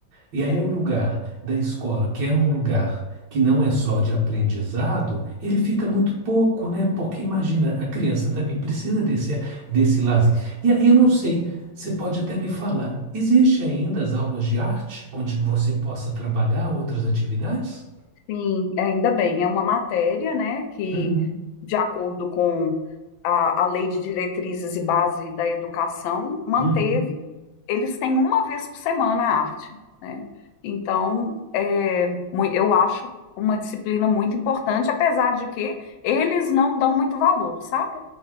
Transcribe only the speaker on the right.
E aí
o lugar da escola, que era um lugar que não é só de aprendizado, ele fica muito pouco, né? Porque imagina, a criança também precisa desse, desse lazer. E aí eu não sei, você pode até me falar, existe ainda as aulas de arte, onde você possa trabalhar outras atividades?
Uhum,
uhum,